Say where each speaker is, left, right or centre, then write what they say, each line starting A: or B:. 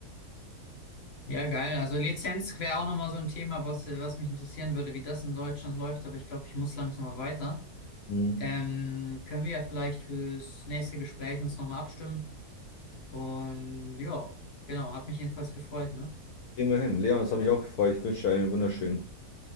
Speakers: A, on the left; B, on the left.
A: Ja, geil. Also Lizenz wäre auch nochmal so ein Thema, was, was mich interessieren würde, wie das in Deutschland läuft, aber ich glaube, ich muss langsam mal weiter.
B: Mhm.
A: Ähm, können wir ja vielleicht fürs nächste Gespräch uns nochmal abstimmen. Und ja, genau, hat mich jedenfalls gefreut, ne?
B: Kriegen wir hin. Leon, das hat mich auch gefreut. Ich wünsche dir einen wunderschönen.